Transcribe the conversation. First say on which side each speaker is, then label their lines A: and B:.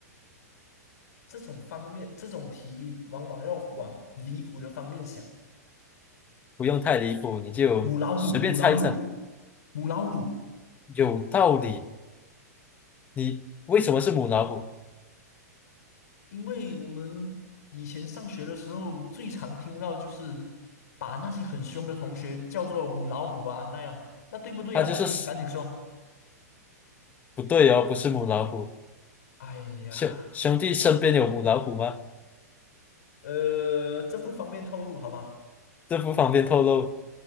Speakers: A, on the left (about 70°); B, on the left (about 15°).
A: 这种方面，这种题往往要往离谱的方面想，
B: 不用太离谱，你就随便猜一猜，
A: 母老虎，母老虎，母老虎。
B: 有道理。你为什么是母老虎？
A: 因为我们以前上学的时候，最常听到就是把那些很凶的同学叫做母老虎啊那样，那对不对啊，
B: 它就是，
A: 兄弟？赶紧说。
B: 不对哦，不是母老虎。
A: 哎呀，
B: 兄兄弟身边有母老虎吗？
A: 呃，这不方便透露，好吧？
B: 这不方便透露。